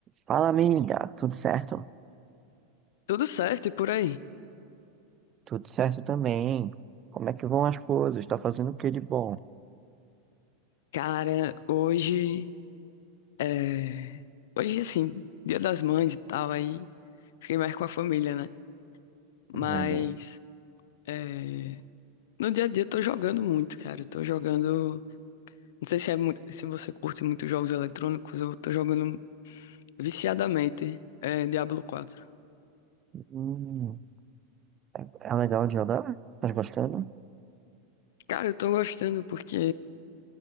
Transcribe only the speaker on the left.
Tudo certo e por aí.
Cara, hoje é... Hoje, assim, Dia das Mães e tal, aí fiquei mais com a família, né? Mas
é... no dia a dia eu tô jogando muito, cara. Eu tô jogando. Não sei se, é muito... se você curte muito jogos eletrônicos, eu tô jogando viciadamente é, Diablo 4.
Cara, eu tô gostando porque